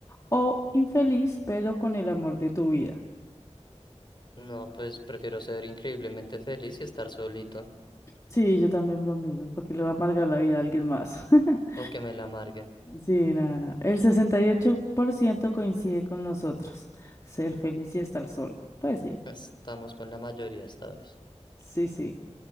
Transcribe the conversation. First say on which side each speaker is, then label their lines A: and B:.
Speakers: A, on the left; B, on the left.
A: O infeliz, pero con el amor de tu vida.
B: No, pues prefiero ser increíblemente feliz y estar solito
A: Sí, yo también lo mismo, porque le va a amargar la vida a alguien más. <laughs>
B: o que me la amarguen.
A: Sí, nada, nada. El 68% coincide con nosotros. Ser feliz y estar solo. Pues sí,
B: Estamos con la mayoría esta vez.
A: sí, sí,